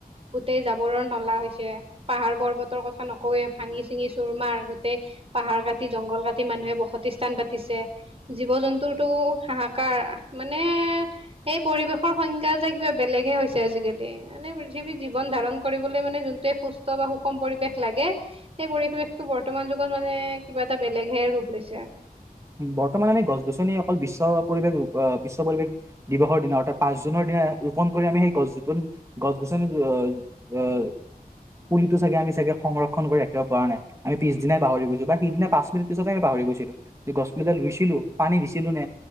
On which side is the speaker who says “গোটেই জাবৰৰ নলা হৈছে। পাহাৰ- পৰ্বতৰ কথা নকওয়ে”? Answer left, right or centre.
Right